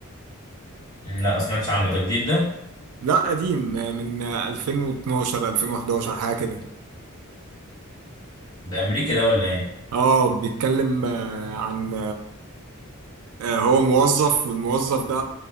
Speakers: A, on the left; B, on the right.
A: مم، لا ما سمعتش عنه ده جديد ده
B: لا قديم آه، من آه، 2012 2011 حاجه كده
A: ده امريكي ده ولا ايه
B: اه بيتكلم آه عن آه هو موظف والموظف ده